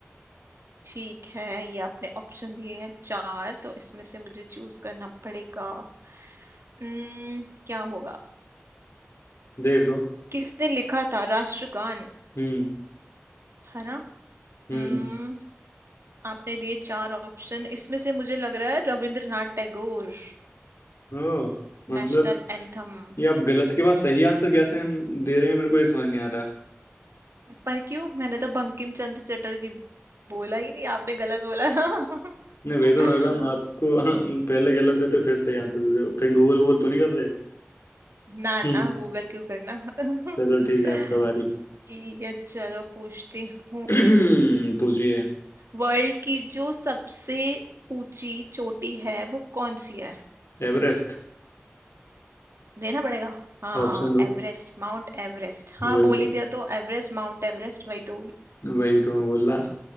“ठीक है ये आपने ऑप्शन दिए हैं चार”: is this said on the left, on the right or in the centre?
Right